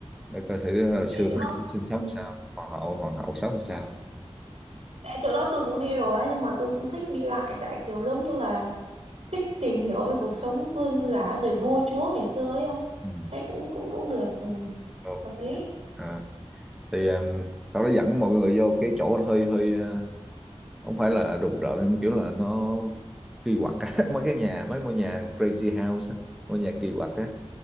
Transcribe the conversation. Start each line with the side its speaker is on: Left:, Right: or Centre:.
Centre: để coi thử hồi xưa
Right: Ê chỗ
Centre: mấy
Right: đó
Centre: ông sinh sống
Right: ừ.
Centre: sao hoàng hậu hoàng hậu sống sao
Right: Ê, chỗ đó tôi cũng đi rồi á nhưng mà tôi cũng thích đi lại tại kiểu giống như là thích tìm hiểu về cuộc sống vương giả rồi vua chúa ngày xưa ấy không
Centre: ừ.
Right: thấy cũng cũng cũng được ừ.
Centre: ok
Right: hợp lý
Centre: à, thì um, nó dẫn mọi người vô cái chỗ nó hơi hơi ờ, không phải là rùng rợn nhưng mà kiểu là nó kỳ quặc á <laughs> mấy cái nhà mấy ngôi nhà crazy house á, ngôi nhà kỳ quặc á